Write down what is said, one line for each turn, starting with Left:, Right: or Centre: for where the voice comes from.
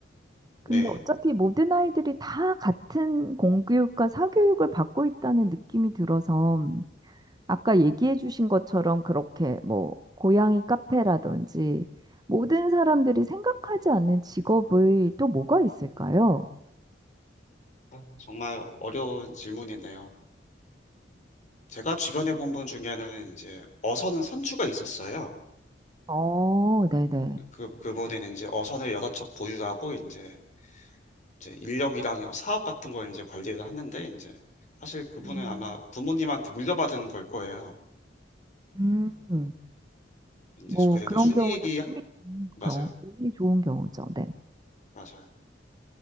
Right: 근데
Left: 네.
Right: 어차피 모든 아이들이 다 같은 공교육과 사교육을 받고 있다는 느낌이 들어서 아까 얘기해 주신 것처럼 그렇게 뭐 고양이 카페라든지 모든 사람들이 생각하지 않는 직업의 또 뭐가 있을까요?
Left: 아, 정말 어려운 질문이네요. 제가 주변에 본 분 중에는 이제 어선 선주가 있었어요.
Right: 어, 네네.
Left: 그 그분은 이제 어선을 여러 척 보유하고 이제 이제 인력이랑 사업 같은 걸 이제 관리를 하는데 이제 사실 그분은
Right: 음,
Left: 아마 부모님한테 물려받은 걸 거예요.
Right: 음,
Left: 이제
Right: 뭐
Left: 그래도
Right: 그런
Left: 순이익이
Right: 경우는 운이 좋은
Left: 맞아요,
Right: 경우, 운이 좋은 경우죠. 네.
Left: 맞아요.